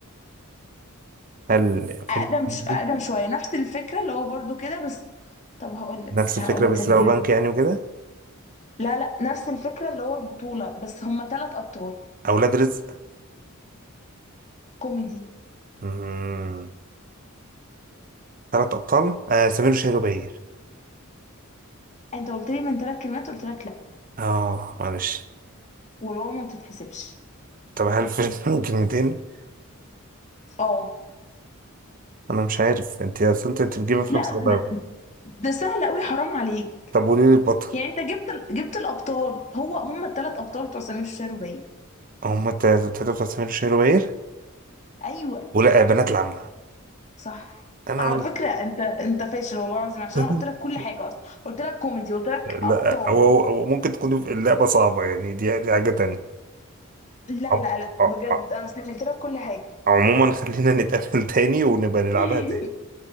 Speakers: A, on the right (about 40°); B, on the left (about 35°).
A: هل فيلم
B: اقدم
A: كوميدي
B: ش... اقدم شوية نفس الفكرة اللي هو برضو كده بس طب هقول لك
A: نفس الفكرة
B: هقول لك
A: بس
B: هدي
A: لو بنك يعني وكده
B: لا لا نفس الفكرة اللي هو البطولة بس هما ثلاث ابطال
A: أولاد رزق
B: كوميدي
A: مم. ثلاث أبطال آه سمير وشهير وبهير
B: انت قلت لي من ثلاث كلمات قلت لك لا
A: اه معلش
B: والواو ما بتتحسبش
A: طب هل الفيلم <laughs> من كلمتين
B: اه
A: أنا مش عارف أنت يا سلطة أنت بتجيب أفلام
B: لا
A: صعبة
B: ده
A: أوي
B: ده سهل قوي حرام عليك
A: طب قولي لي البطل
B: يعني انت جبت ال- جبت الابطال هو هم الثلاث ابطال بتوع سمير وشهير وبهير
A: هما التلاتة بتوع سمير وشهير وبهير
B: ايوه
A: ولا آه، بنات العم
B: صح
A: أنا
B: على فكره انت انت فاشل والله العظيم عشان
A: قلت
B: انا قلت لك كل
A: <laughs>
B: حاجه اصلا قلت لك كوميدي قلت لك
A: لا
B: ابطال
A: هو هو- هو ممكن تكون اللعبة صعبة يعني دي دي حاجة تانية
B: لا
A: عم-
B: لا لا
A: ع-
B: بجد
A: ع-
B: انا سهلت لك كل حاجه
A: عموما خلينا <laughs> نتقابل تاني ونبقى نلعبها
B: <laughs>
A: تاني